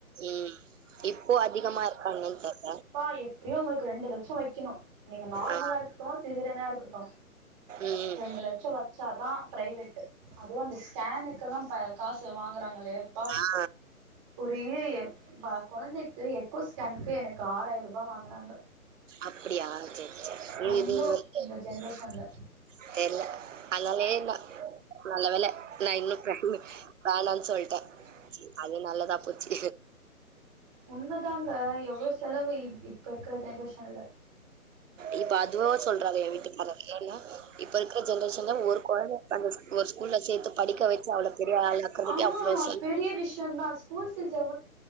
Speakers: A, on the right; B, on the right.
A: ம் இப்போ அதிகமா இருக்கா என்னென் தெர்ல
B: ப்பா எப்பிடியு உங்ளுக்கு ரெண்டு லட்சோ வைக்கணு நீங்க நார்மலா
A: ஆ
B: இருகட்டு சீசரியனா இருகட்டு
A: ம்
B: ரெண்டு லட்சோ வ ச்சாதா ப்ரைவெட்டு அதுவு அந்த ஸ்கேனுக்கெல்லா ப காசு வாங்குறாங்களே ப்பா
A: ஆ
B: ஒரி ப கொழந்தைக்கு எத் ப்பு ஸ்கேனுக்கு எனக்கு ஆறாயிரூபா வாங்கனாங்க
A: அப்பிடியா சேரி சேரி
B: ரொம்ப
A: இது வந்து
B: இந்த ஜென்ரேஷன்ல
A: <unintelligible> தெர்ல அல்லலே இல்ல நல்ல வேல நா இன்னு ப்ரெக்னெ வேணான் சொல்ட்டே அது நல்லதா போச்சி
B: உண்மதாங்க எவ்ளோ செலவு இப்ப இருக்கிற ஜென்ரேஷன்ல
A: இப்ப அதுவாவ சொல்றாறே ஏ வீட்டுகாரர் ஏன்னா இப்ப இருக்க ஜென்ரேஷன்ல ஒரு கொழந்த சந்தோ ஒரு ஸ்கூல்ல சேத்து படிக்க வச்சி அவள பெரிய ஆளா ஆக்கறதுக்கே
B: ஆ
A: அவ்ளோ செல்
B: பெரிய விஷ்யந்தா ஸ்கூல் பீஸ் எவ்